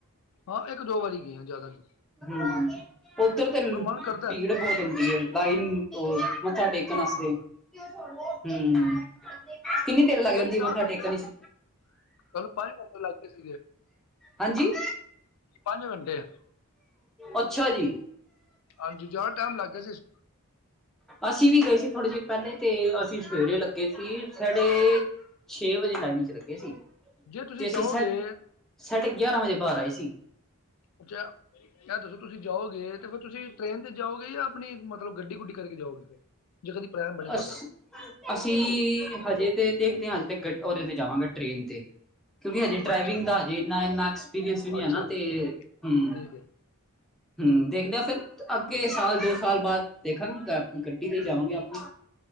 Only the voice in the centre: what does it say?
ਹੂੰ, ਉੱਧਰ ਤੇ
ਭੀੜ
ਬਹੁਤ ਹੁੰਦੀ ਹੈ ਲਾਈ ਤੋਂ ਮੱਥਾ ਟੇਕ ਟੇਕਣ ਆਸਤੇ।
ਹੂੰ ਕਿੰਨੀ ਦੇਰ ਲੱਗ
ਜਾਂਦੀ ਮੱਥਾ
ਟੇਕਣ
ਵਿੱਚ?
ਹਾਂਜੀ?
ਅੱਛਾ ਜੀ।
ਅਸੀਂ ਵੀ ਗਏ ਸੀ ਥੋੜੇ ਜਿਹੇ ਪਹਿਲੇ ਤੇ ਅਸੀਂ ਸਵੇਰੇ ਲੱਗੇ ਸੀ ਸਾਡੇ ਛੇ ਵਜੇ ਲਾਈਨ ਚ ਲੱਗੇ ਸੀ,
ਤੇ ਅਸੀਂ
ਸਾ, ਸਾਢੇ ਗਿਆਰਾਂ ਵਜੇ ਬਾਹਰ ਆਏ ਸੀ।
ਅਸ ਅਸੀਂ ਹਜੇ ਤੇ ਦੇਖਦੇ ਹਾਂ ਹਜੇ ਤੇ ਉਹਦੇ ਤੇ ਜਾਵਾਂਗੇ ਟ੍ਰੇਨ ਤੇ। ਕਿਉਂਕਿ ਹਜੇ ਡਰਾਈਵਿੰਗ
ਦਾ ਹਜੇ ਇੰਨਾ ਇੰਨਾ ਐਕਸਪੀਰੀਅੰਸ ਵੀ ਨੀ
ਹੈ ਨਾ ਤੇ ਹੂੰ।
ਹੂੰ ਦੇਖਦੇ ਫਿਰ ਅੱਗੇ ਸਾਲ ਦੋ ਸਾਲ ਬਾਅਦ ਦੇਖਾਂਗੇ ਗੱਡੀ ਤੇ ਹੀ ਜਾਵਾਂਗੇ ਆਪਣੀ।